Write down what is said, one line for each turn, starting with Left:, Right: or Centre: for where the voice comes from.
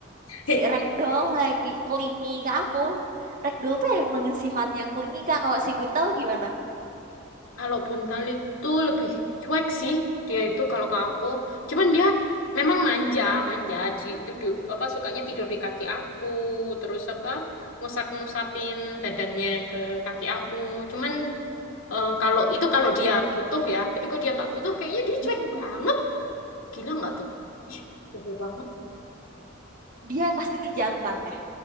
Left: <laughs>
Right: si Ragdoll lagi klingi ke aku. Ragdoll tuh emang sifatnya klingi Kak. Kalau si Buntal gimana?
Left: Kalau buntal itu lebih cuek sih. Dia itu kalau ke aku. Cuman dia memang manja, manja. Di duduk apa sukanya tidur di kaki aku. Terus apa ngusap-ngusapin badannya ke kaki aku. Cuman eh, kalau itu kalau dia butuh ya. Tapi kalau dia nggak butuh, kayaknya dia
Right: <laughs>
Left: cuek banget. Gila nggak tuh? Ih, Sebel banget.
Right: Dia pasti jantan ya.